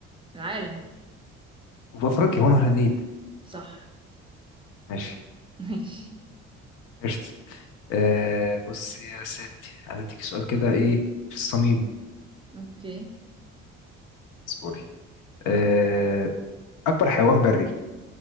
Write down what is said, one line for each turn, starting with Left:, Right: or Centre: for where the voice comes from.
Right: العالم
Left: في أفريقيا هو نهر النيل
Right: صح
Left: ماشي
Right: <laughs> ماشي
Left: قشطة أه بص يا سيدي عايز أديك سؤال كده إيه في الصميم
Right: اوكي
Left: اصبري أه أكبر حيوان بري